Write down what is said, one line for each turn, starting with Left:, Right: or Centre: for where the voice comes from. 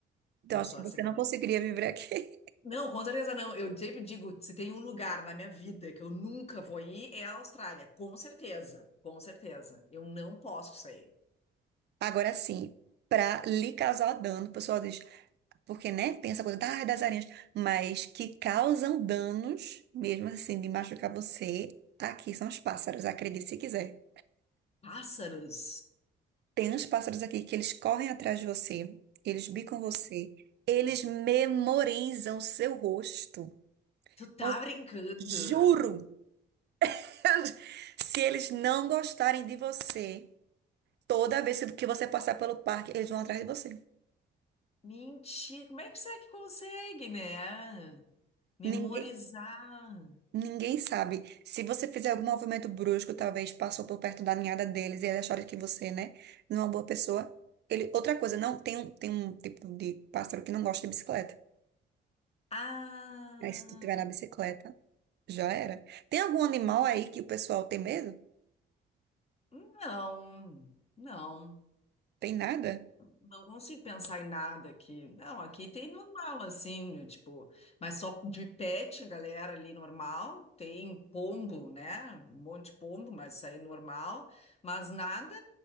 Right: Então,
Left: eu
Right: acho
Left: sou
Right: que
Left: assim
Right: você
Left: também.
Right: não conseguiria viver aqui.
Left: Não, com certeza não. Eu sempre digo, se tem um lugar na minha vida que eu nunca vou ir, é a Austrália. Com certeza, com certeza. Eu não posso sair.
Right: <laughs> Agora sim, pra lhe causar dano, o pessoal diz, porque, né, tem essa coisa da- ah, das aranhas, mas que causam danos, mesmo assim, de machucar você, aqui são os pássaros, acredite se quiser.
Left: Pássaros,
Right: Tem uns pássaros aqui que eles correm atrás de você, eles bicam você, eles memorizam seu rosto.
Left: tu tá
Right: Eu
Left: brincando?
Right: juro! <laughs> Se eles não gostarem de você, toda vez que você passar pelo parque, eles vão atrás de você.
Left: Mentira, como é que será que consegue, né? Memorizar.
Right: Ninguém, ninguém sabe. Se você fizer algum movimento brusco, talvez passou por perto da ninhada deles e eles acharam que você, né, não é uma boa pessoa. Ele, outra coisa, não, tem um, tem um tipo de pássaro que não gosta de bicicleta.
Left: Ah,
Right: Aí se tu tiver na bicicleta, já era. Tem algum animal aí que o pessoal tem medo?
Left: não, não.
Right: Tem nada?
Left: Não consigo pensar em nada aqui. Não, aqui tem normal, assim, né, tipo, mas só de pet, galera ali normal. Tem pombo, né? Um monte de pombo, mas isso aí é normal. Mas nada,